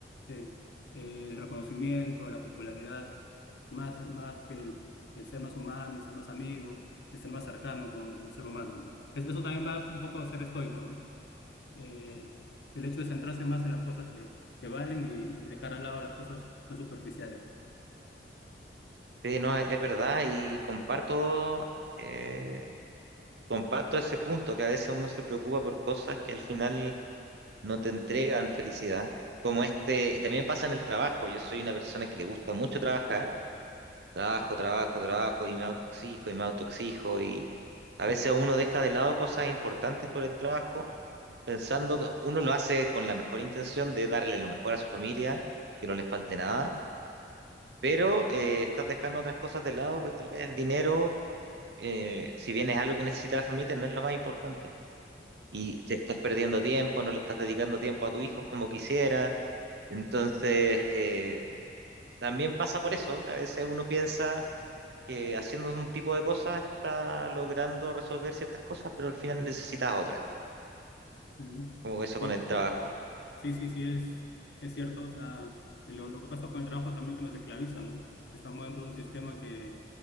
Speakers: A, on the left (about 70°); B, on the right (about 65°).
A: el, el reconocimiento, la popularidad, más, más que el, el ser más humano, el ser más amigo, el ser más cercano con el ser humano, ¿no? Es- Eso también va un poco a ser estoico, ¿no? Eh, el hecho de centrarse más en las cosas que, que valen y y dejar al lado las cosas más superficiales.
B: Sí, no, es es verdad y comparto, eh, comparto ese punto, que a veces uno se preocupa por cosas que al final no te entregan felicidad, como este, y también pasa en el trabajo. Yo soy una persona que le gusta mucho trabajar, trabajo, trabajo, trabajo, y me autoexijo, y me autoexijo, y a veces uno deja de lado cosas importantes por el trabajo pensando que uno lo hace con la mejor intención de darle lo mejor a su familia, que no les falte nada, pero eh, estás dejando otras cosas de lado, pues, tal vez el dinero, eh, si bien es algo que necesita la familia, no es lo más importante. Y te estás perdiendo tiempo, no le estás dedicando tiempo a tu hijo como quisiera. Entonces, eh, también pasa por eso, que a veces uno piensa que haciendo un tipo de cosas está logrando resolver ciertas cosas, pero al final necesitas otras,
A: Mm.
B: como eso
A: Sí,
B: con el trabajo.
A: Sí, sí, sí, es, es cierto. O sea, lo, lo que pasa con el trabajo también que nos esclaviza, ¿no? Estamos dentro de un sistema que,